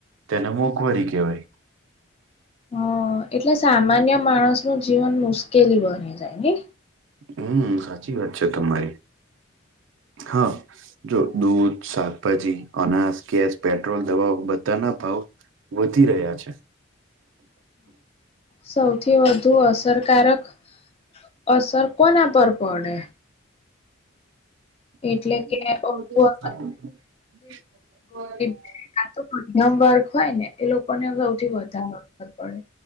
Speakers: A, on the right; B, on the left.
A: તેને મોંઘવારી કેવાય
B: અ એટલે સામાન્ય માણસનું જીવન મુશ્કેલી બની જાય ને?
A: હમ સાચી વાત છે, તમારી હ જો દૂધ, શાકભાજી, અનાજ, ગેસ, પેટ્રોલ, દવાઓ બધાના ભાવ વધી રહ્યા છે.
B: સૌથી વધુ અસરકારક અસર કોના પરર પડે.
A: <inaudible>
B: એટલે કે ઓલું આ તો મધ્યમ વર્ગ હોય ને એ લોકોને સૌથી વધારે ખર પડે